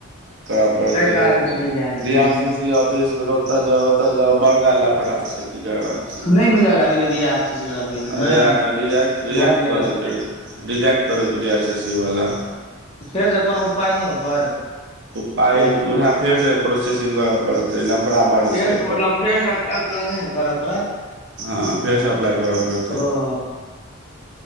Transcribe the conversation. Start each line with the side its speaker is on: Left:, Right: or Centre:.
Right: परतै
Left: ताहि कारण से नहि जा रहल हम्म,
Right: डी आर सी सी ऑफिस मे ओतऽ जाउ ओतऽ जाउ बड़गा लफड़ा छै की करबाक
Left: नहि मिलल अभी तऽ डी आर सी सी वाला पैसा
Right: अरे
Left: ने
Right: यार रिजेक्ट रिजेक्ट
Left: बड़ दिक्कत
Right: कऽ देलकै
Left: छै
Right: र, रिजेक्ट कऽ देलकै डी आर सी सी वाला
Left: त फेरसँ कोनो उपाय नै ओकर।
Right: ओ पाइ
Left: जे
Right: उहे फेर से प्रोसेसिंग करब, पड़तै लफड़ा बढ़
Left: फेर
Right: छै
Left: से मतलब फेर से अप्लाई उप्लाई नहि करऽ पड़त
Right: <unintelligible> हँ फेरस‌ अप्लाइ करऽ पड़तै
Left: ओ